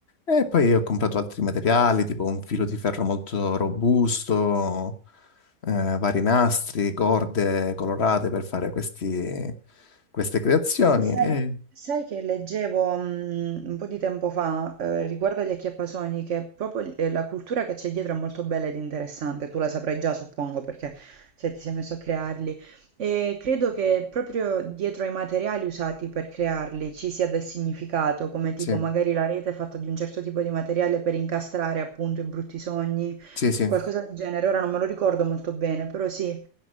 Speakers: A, on the left (about 40°); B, on the right (about 50°).
A: E poi ho comprato altri materiali, tipo un filo di ferro molto robusto eh, vari nastri, corde colorate per fare questi- queste creazioni.
B: Poi sai,
A: E,
B: sai che leggevo mm, un po' di tempo fa eh, riguardo agli acchiappasogni che proprio il- eh, la cultura che c'è dietro è molto bella ed interessante, tu la saprai già suppongo perché se ti sei messo a crearli e credo che proprio dietro ai materiali usati per crearli ci sia del significato, come tipo
A: sì,
B: magari la rete è fatta di un certo tipo di materiale per incastrare appunto i brutti sogni,
A: sì, sì.
B: qualcosa del genere, ora non me lo ricordo molto bene, però sì,